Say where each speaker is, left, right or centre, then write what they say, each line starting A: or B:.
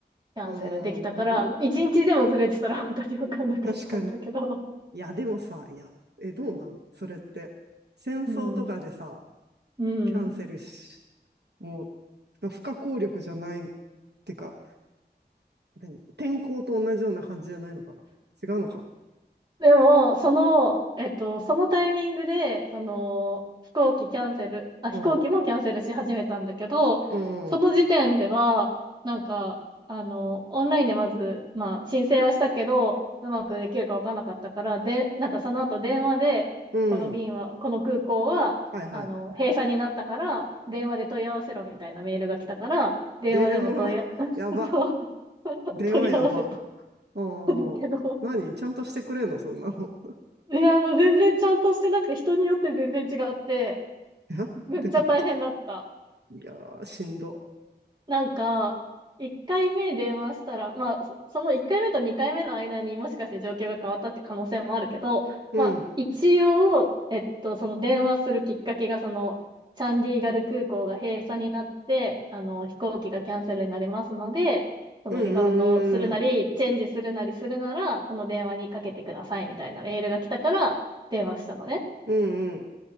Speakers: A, on the right; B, on the right.
A: キャンセルできたから、
B: うーん、なるほどね。
A: 一日でもずれてたら本当に分かんなかったんだけど、
B: 確かに。いや、でもさ、いや、え、どうなんそれって。戦争とかでさ、
A: うん、うん。
B: キャンセルし、もう、不可抗力じゃない。てか、何天候と同じような感じじゃないのかな違うのか
A: でも、その、えっと、そのタイミングで、その、飛行機キャンセル、あ、
B: うん、
A: 飛行機もキャンセルし始めたんだけど、
B: うん、
A: その時点では、なんか、あの、オンラインでまず、まあ、申請はしたけど、うまくできるかわかんなかったから、で、なんかその後電話で、
B: うん。
A: この便は、この空港は、
B: はいはい。
A: あの、閉鎖になったから、電話で問い合わせろみたいなメールが来たから、電話でも問い合、
B: 電話、
A: <laughs>
B: やば。
A: そう
B: 電話やば。
A: 問い合わせた
B: う
A: んだけど
B: ん。何ちゃんとしてくれんのそんなの。
A: いや、もう全然ちゃんとしてなくて、人によって全然違って、
B: <laughs>
A: めっちゃ大変だった。
B: えってこと。いやー、しんど。
A: なんか、1回目電話したら、まあ、そその1回目と2回目の間にもしかして状況が変わったって可能性もあるけど、
B: うん。
A: まあ、一応、えっと、その電話するきっかけが、その、チャンディーガル空港が閉鎖になって、あの、飛行機がキャンセルになりますので、そのリファンドするなり、
B: うんうん
A: チェンジするなりするなら、この電話にかけてくださいみたいなメールが来たから、電話したのね。
B: うんうん。